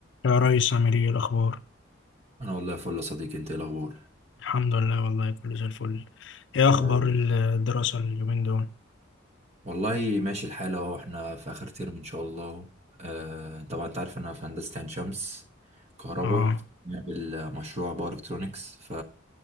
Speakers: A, on the left; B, on the right.
A: يا ريس عامل ايه الاخبار
B: انا والله فل يا صديقي انت إيه الاخبار
A: الحمد لله والله كله زي الفل ايه اخبار
B: يا رب.
A: الدراسه اليومين دول
B: والله ماشي الحال اهو احنا في اخر ترم ان شاء الله آه طبعا انت عارف انا في هندسه عين شمس كهرباء
A: اه
B: بنعمل مشروع باور الكترونكس ف